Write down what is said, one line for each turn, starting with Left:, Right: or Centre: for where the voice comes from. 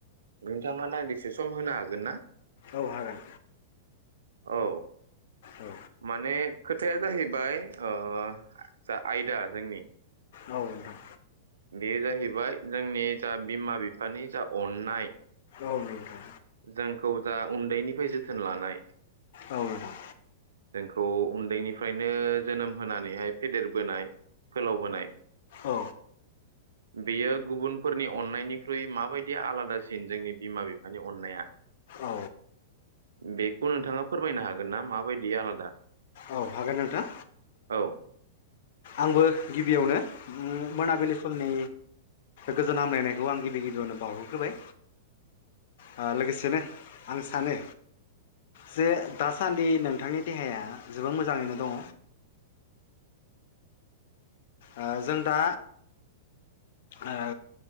Right: नोंथाङा दान्दिसे सम होनो हागोन ना
Left: औ हागोन
Right: औ?
Left: औ
Right: माने खोथाया जाहैबाय ओ जा आयदा जोंनि
Left: औ नोंथां
Right: बे जाहैबाय जोंनि जा बिमा बिफानि जा अन्नाय
Left: औ नोंथां
Right: जोंखौ जा उन्दैनिफ्राय जोथोन लानाय
Left: औ नोंथां
Right: जोंखौ उन्दैनिफ्रायनो जोनोम होनानैहाय फेदेरबोनाय फोलावबोनाय
Left: औ
Right: बेयो गुबुनफोरनि अननायनिख्रुइ माबायदि आलादासिन जोंनि बिमा बिफा नि अननाया
Left: औ
Right: बेखौ नोंथाङा फोरमायनो हागोन ना माबायदि आलादा?
Left: औ हागोन नोंथां
Right: औ।
Left: आंबो गिबियावनो उम मोनाबिलि समनि गोजोन हामलायनायखौ आं गिबि गिबियावनो बावहरग्रोबाय ओ लोगोसेनो आं सानो जे दासान्दि नोंथांनि देहाया जोबोर मोजाङैनो दङ। ओ जों दा ओ